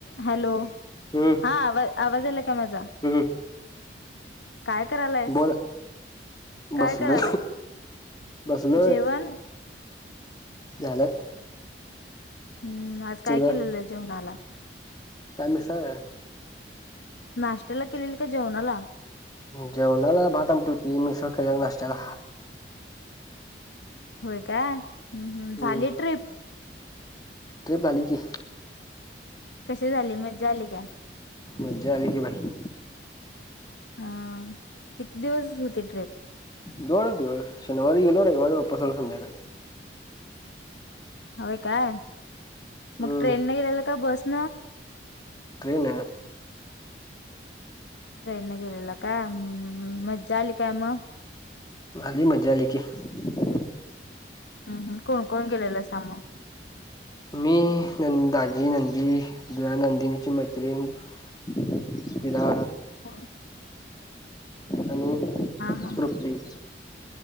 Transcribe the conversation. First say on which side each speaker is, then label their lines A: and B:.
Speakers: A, on the left; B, on the left.
A: Hello,
B: हम्म
A: हा आवा आवाज आला का माझा?
B: हम्म
A: काय करायलायस,
B: बोल
A: काय
B: बसलोय
A: करायलायस?
B: बसलोय
A: जेवण
B: झालं
A: हम्म, आज काय
B: तुझं
A: केलेलं आहे जेवणाला?
B: काय मिसळ हाय
A: नाश्त्याला केलेली का जेवणाला
B: जेवणाला भात आमटी होती मिसळ केलेले नाश्त्याला
A: होय का हम् हम्
B: हम्म
A: झाली ट्र्रीप
B: ट्रिप झाली की
A: कसे झाले मज्जा आली काय
B: मज्जा आली की बाई
A: हा किती दिवस होती ट्रिप
B: दोनच शनिवारी गेलो रविवारी वापस आलो संध्याकाळी
A: होय काय मग
B: हम्म
A: ट्रेनने गेलेला का बस स्
B: ट्रेन
A: ट्रेन न गेलेला का हम्म मज्जा आली काय मग
B: आली मज्जा आली की मग
A: हम्म हम कोण कोण गेलेलासा मग
B: मी नंदाजी, नंदी, नंदिनीची मैत्रिण <inaudible> तिला
A: हो.
B: आणि
A: हा
B: तृप्ती